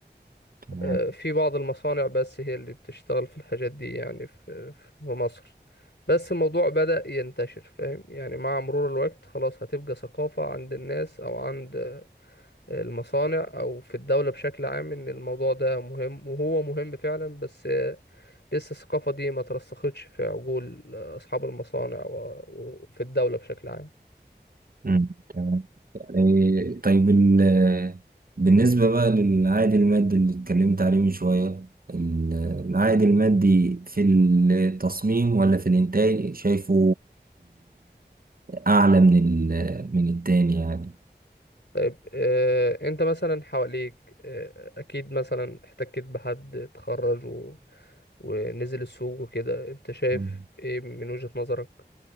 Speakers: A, on the right (about 55°); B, on the left (about 80°).
A: تمام
B: آه، في بعض المصانع بس هي اللي بتشتغل في الحاجات دي يعني في في مصر بس الموضوع بدأ ينتشر فاهم يعني مع مرور الوقت خلاص هتبقى ثقافة عند الناس أو عند آه، المصانع أو في الدولة بشكل عام إن الموضوع ده مهم وهو مهم فعلا بس آه، لسه الثقافة دي ما ترسختش في عقول آه، أصحاب المصانع و- وفي الدولة بشكل عام
A: مم. تمام إيه، طيب ال- بالنسبة بقى للعائد المادي اللي اتكلمت عليه من شوية ال- العائد المادي في التصميم ولا في الإنتاج شايفه اعلى من ال- من التاني يعني
B: طيب آه، انت مثلا حواليك آه، اكيد مثلا احتكيت بحد اتخرج و... ونزل السوق وكده انت شايف
A: مم.
B: ايه من وجهة نظرك